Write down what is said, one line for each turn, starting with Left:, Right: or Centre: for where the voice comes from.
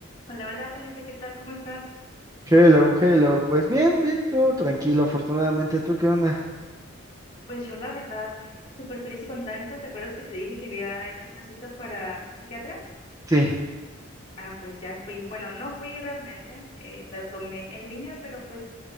Left: Hola, hola Felipe, ¿qué tal? ¿Cómo estás?
Right: Hello, hello. Pues bien, bien, todo tranquilo, afortunadamente. ¿Tú qué onda?
Left: Pues yo la verdad, súper feliz y contenta. ¿Te acuerdas que te dije que había hecho una cita para un psiquiatra?
Right: Sí,
Left: Ah, pues ya fui. Bueno, no fui realmente, eh, la tomé en línea, pero pues